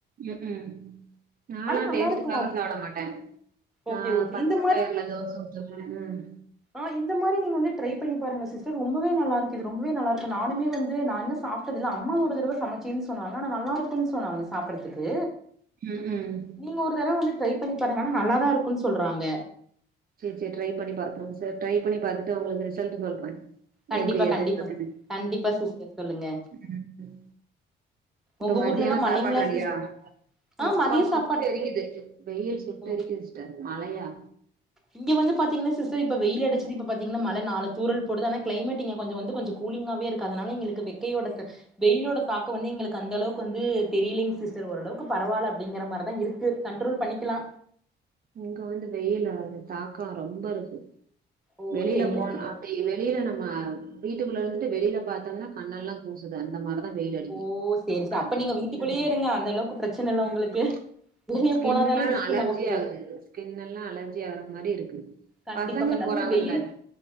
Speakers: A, on the right; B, in the centre.
A: ம் ம் நாலா
B: ஆனா நல்லா
A: டேஸ்டுக்காக
B: இருக்கு அது
A: சாப்டமாட்ட
B: ஓகே
A: அ
B: ஓகே
A: பச்சபயிறுல
B: இந்த
A: தோச ஊத்துவே ம்
B: அ இந்த மாரி நீங்க வந்து ட்ரை பண்ணி பாருங்க சிஸ்டர் ரொம்பவே நல்லாயிருக்கு யிது ரொம்ப நல்லாருக்கு நானுமே வந்து நா இன்னு சாப் ட்டதுல்ல அம்மா ஒரு தடவ சமச்சேன்னு சொன்னாங்க அனா நல்லாருக்குன்னு சொன்னாங்க சாப்ட்றதுக்கு
A: ம் ம்
B: நீங்க ஒரு தரவ வந்து ட்ரை பண்ணி பாருங்க அனா நல்லாதா இருக்குன்னு சொல்றாங்க
A: சேர் சேர் ட்ரை பண்ணி பாத்துருவோ சேர் ட்ரை பண்ணி பாத்துட்டு உங்களுக்கு ரிசல்ட் சொல்றே
B: கண்டிப்பா
A: எப்டி எதுட்டுருக்குன்னு
B: கண்டிப்பா கண்டிப்பா சிஸ்டர் சொல்லுங்க
A: ம் ம் இப்ப
B: உங்க
A: மத்தியானோ
B: ஊர்லல்லா
A: சாப்பாடு
B: மழைங்களா
A: ரெடியா
B: சிஸ் ஆ
A: எப்பா
B: மதிய
A: சுட்டெரிக்குது
B: சாப்பாடு
A: வெயில் சுட்டெரிக்குது
B: ஓ
A: சி்ஸ்டர் மழயா
B: இங்க வந்து பாத்திங்கன்னா சிஸ்டர் இப்ப வெயிலடிச்சது இப்ப பாத்திங்கன்னா மழ நாலு தூரல் போடுது அனா கிளைமேட் இங்க கொஞ்சோ வந்து கொஞ்சோ கூலிங்காவே இருக்காது அதனால எங்களுக்கு வெக்கையோடக்கு வெயிலோட தாக்க வந்து எங்களுக்கு அந்தளவுக்கு வந்து தெரிய்லிங் சிஸ் த்ரு ஓரளவுக்கு பரவால அப்டிங்கிற மாரிதா இருக்கு கண்ட்ரோல் பண்ணிக்கிலா
A: இங்க வந்து வெயிலார தாக்கா ரொம்ப இருக்கு
B: ஓ
A: வெளியில
B: செரிங்க
A: போனா
B: செரிங்க
A: வே வெளியில நம்ம வீட்டுக்குள்ள இருந்துட்டு வெளில பாத்தானா கண்ணால்லங் கூசுது அந்த மார்ருதா வெயில் அடிக்கி
B: ஓ சேரி
A: அப்ப
B: சே நீங்க வீட்டுக்குள்ளேயே
A: ம்
B: இருங்க அந்த அளவுக்கு பிரச்சன இல்ல உங்களுக்கு
A: ம்
B: வெளிய
A: ஸ்கின்
B: போனாதானே
A: எல்லா
B: ரிஸ்க்
A: அலர்ஜி
B: நமக்கு
A: ஆகுது ஸ்கின் எல்லா அலர்ஜி ஆகுற மாரி இருக்கு
B: கண்டிப்பா
A: பசங்க
B: கண்
A: போறாங்கல்ல
B: அது வெயில